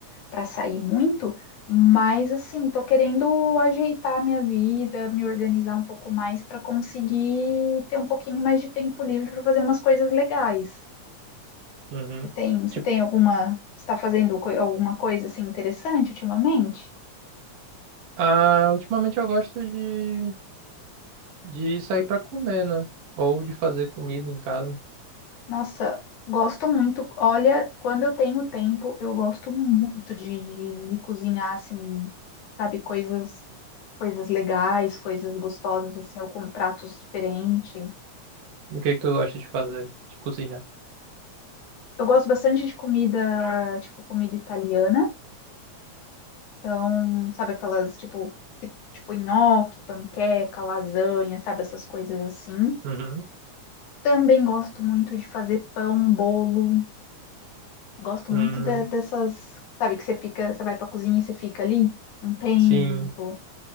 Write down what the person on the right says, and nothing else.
Uhum.
Tipo,
ah, ultimamente eu gosto de, de sair pra comer, né? Ou de fazer comida em casa.
E o que que tu gosta de fazer? De cozinhar?
Uhum.
Hum,
sim,